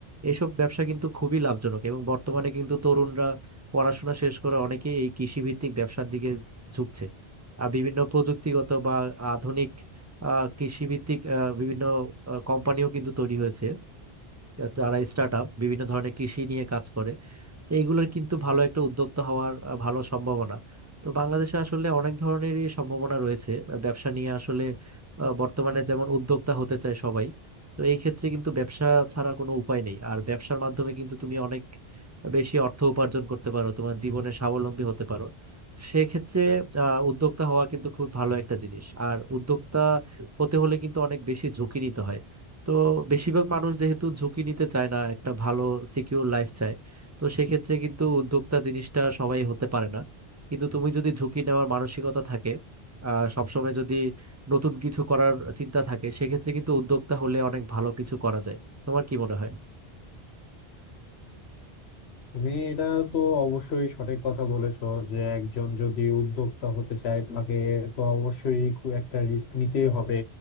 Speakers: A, on the right (about 20°); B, on the left (about 80°).
A: এইসব ব্যবসা কিন্তু খুবই লাভজনক এবং বর্তমানে কিন্তু তরুণরা পড়াশোনা শেষ করে অনেকেই এই কৃষিভিত্তিক ব্যবসার দিকে ঝুঁকছে আর বিভিন্ন প্রযুক্তিগত বা আধুনিক আহ, কৃষিভিত্তিক আহ, বিভিন্ন কোম্পানিও কিন্তু তৈরি হয়েছে যারা স্টার্ট আপ বিভিন্ন ধরনের কৃষি নিয়ে কাজ করে তো এগুলোর কিন্তু ভালো একটা উদ্যোক্তা হওয়ার আহ, ভালো সম্ভাবনা তো বাংলাদেশে আসলে অনেক ধরনেরই সম্ভাবনা রয়েছে আহ, ব্যবসা নিয়ে আসলে আহ, বর্তমানে যেমন উদ্যোক্তা হতে চায় সবাই তো এই ক্ষেত্রে কিন্তু ব্যবসা ছাড়া কোনো উপায় নেই আর ব্যবসার মাধ্যমে কিন্তু তুমি অনেক বেশি অর্থ উপার্জন করতে পারো তোমার জীবনে স্বাবলম্বী হতে পারো সেক্ষেত্রে আহ, উদ্যোক্তা হওয়া কিন্তু খুব ভালো একটা জিনিস আর উদ্যোক্তা হতে হলে কিন্তু অনেক বেশি ঝুঁকি নিতে হয় তো বেশিরভাগ মানুষ যেহেতু ঝুঁকি নিতে চায় না একটা ভালো সিকিউর লাইফ চায় তো সেক্ষেত্রে কিন্তু উদ্যোক্তা জিনিসটা সবাই হতে পারে না কিন্তু তুমি যদি ঝুঁকি নেওয়ার মানসিকতা থাকে আহ সবসময় যদি নতুন কিছু করার চিন্তা থাকে সেক্ষেত্রে কিন্তু উদ্যোক্তা হলে অনেক ভালো কিছু করা যায় তোমার কি মনে হয়
B: তুমি এটা তো অবশ্যই সঠিক কথা বলেছো যে একজন যদি উদ্যোক্তা হতে চায় তাকে তো অবশ্যই খুব একটা রিস্ক নিতেই হবে